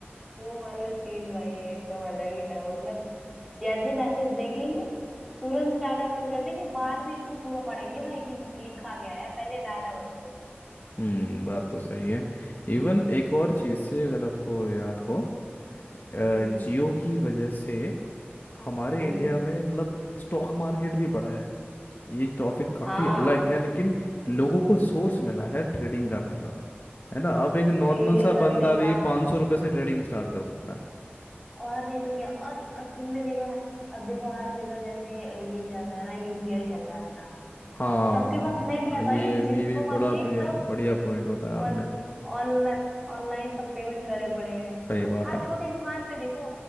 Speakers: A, in the centre; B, on the left (about 50°).
A: वो वाला सीन भाई एकदम अलग ही था मतलब जैसे ही मैसेज देखेंगे तुरंत डाटा बंद कर देंगे बाद में इसको पूरा पढ़ेंगे भाई कि लिखा गया है पहले डाटा बंद कर
B: हम्म बात तो सही है इवन एक और चीज़ से अगर आपको याद हो जियो
A: हम्म
B: की वजह से हमारे
A: हम्म
B: इंडिया में मतलब स्टॉक मार्केट भी बढ़ा है ये टॉपिक काफ़ी
A: हाँ
B: अलग है लेकिन लोगों को सोर्स मिला है ट्रेडिंग करने का है ना अब एक नॉर्मल
A: ट्रेडिंग
B: सा
A: करने
B: बंदा भी
A: का
B: पाँच सौ रुपये से ट्रेडिंग स्टार्ट कर सकता है
A: और नहीं तो क्या और अब तुमने देखा ना अब देखो हर जगह जैसे ये चल रहा है ना यूपीआई चल रहा है अपना
B: हाँ
A: सबके पास नेट है
B: ये
A: भाई
B: भी,
A: जिसको
B: भी बड़ा
A: मर्जी
B: बढ़िया
A: सब
B: बढ़िया पॉइंट बताया आपने
A: ऑन ऑनलाइन ऑनलाइन सब पेमेंट करे पड़े हैं
B: सही बात
A: हर
B: है
A: छोटी दुकान पे देखो